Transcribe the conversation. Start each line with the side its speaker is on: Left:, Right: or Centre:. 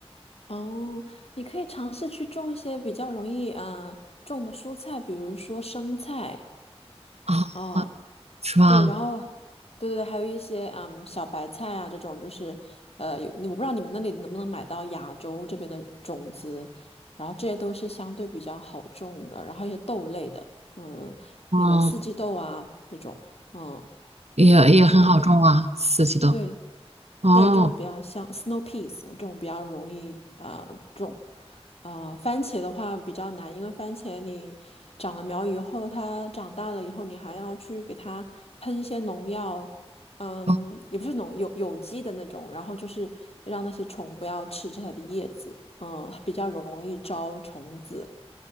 Left: 哦，你可以尝试去种一些比较容易呃种的蔬菜，比如说生菜
Right: 啊，
Left: 啊，
Right: 是吧？
Left: 对，然后对对对，还有一些嗯小白菜啊这种，就是呃有我不知道你们那里能不能买到亚洲这边的种子，然后这些都是相对比较好种的，然后一些豆类的，嗯，
Right: 嗯，
Left: 那个四季豆啊这种，嗯，
Right: 也也很好种啊，
Left: 都是这样。
Right: 四季豆。
Left: 对，
Right: 哦，
Left: 对，这种比较像 snow peas 这种比较容易啊、呃、种，呃，番茄的话比较难，因为番茄你长了苗以后，它长大了以后，你还要去给它喷一些农药，嗯，
Right: 哦，
Left: 也不是农有有机的那种，然后就是让那些虫不要吃着它的叶子，嗯，它比较容易招虫子。